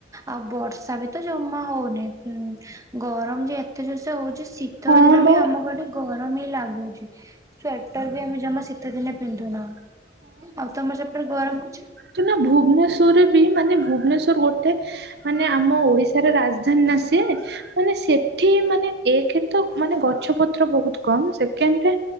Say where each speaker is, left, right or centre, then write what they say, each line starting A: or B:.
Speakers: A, on the right (about 15°); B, on the right (about 60°).
A: ଆଉ ବର୍ଷା ବି ତ ଜମା ହଉନି। ହୁଁ ଗରମ ଯେ ଏତେ ଯୋରସେ ହଉଛି ଶୀତ
B: ହଁ
A: ଦିନ
B: ବା
A: ବି ଆମ ଘରଠି ଗରମ ହିଁ ଲାଗୁଛି ସ୍ଵେଟର ବି ଆମେ ଜମା ଶୀତେ ଦିନେ ପିନ୍ଧୁନାହୁଁ। ଆଉ ତମର ସେପଟରେ ଗରମ ହଉଛି?
B: ଚନା ଭୁବନେଶ୍ଵରରେ ବି ମାନେ ଭୁବନେଶ୍ଵର ଗୋଟେ ମାନେ ଆମ ଓଡିଶାର ରାଜଧାନୀ ନା ସିଏ। ମାନେ ସେଠି ମାନେ ଏକରେତ ମାନେ ଗଛ ପତ୍ର ବହୁତ କମ ସେକେଣ୍ଡରେ